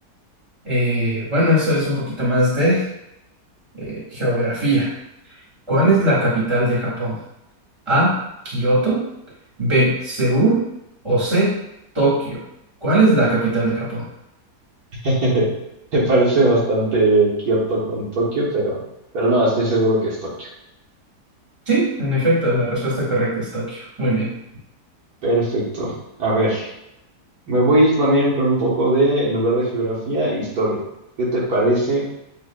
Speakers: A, on the right; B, on the right.
A: Eh, bueno, eso es un poquito más de eh, geografía. ¿Cuál es la capital de Japón? A, Kioto, B, Seúl o C, Tokio. ¿Cuál es la capital de Japón?
B: <laughs> Me parece bastante Kioto con Tokio, pero, pero no, estoy seguro que es Tokio.
A: Sí, en efecto, la respuesta correcta es Tokio. Muy bien.
B: Perfecto. A ver, me voy a ir también con un poco de, en lugar de geografía, historia. ¿Qué te parece?